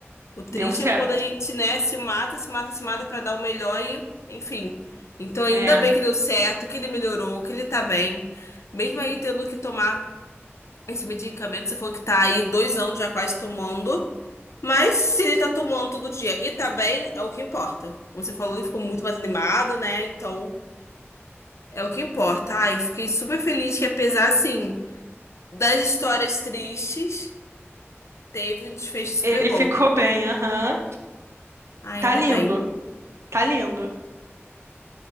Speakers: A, on the left; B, on the right.
A: O triste
B: deu certo.
A: é quando a gente, né, se mata, se mata, se mata pra dar o melhor e, enfim. Então, ainda
B: É,
A: bem que deu certo, que ele melhorou, que ele tá bem. Mesmo aí tendo que tomar esse medicamento, você falou que tá aí dois anos já quase tomando. Mas se ele tá tomando todo dia e tá bem, é o que importa. Como você falou, ele ficou muito mais animado, né? Então, é o que importa. Ai, fiquei super feliz que apesar, assim, das histórias tristes, teve um desfecho super
B: ele
A: bom.
B: ficou bem, aham.
A: Ainda
B: Tá lindo,
A: bem.
B: tá lindo.